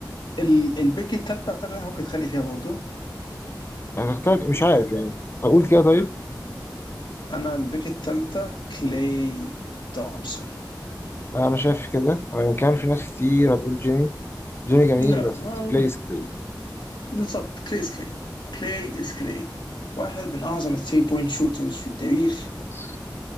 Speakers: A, on the left; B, on the left.
A: ال- البيك التالتة أعتقد إحنا ممكن نتخانق فيها برضه
B: يعني هتختار مش عارف يعني اقول كده طيب
A: أنا البيك التالتة كلاي تومسون
B: انا شايف كده وان كان في ناس كتير هتقول جيمي جيمي جميل
A: لا
B: بس
A: ما-
B: كليس كلي
A: بالضبط كلاي إز كلاي كلاي إز كلاي واحد من أعظم الثري بوينت شوترز في التاريخ
B: بس.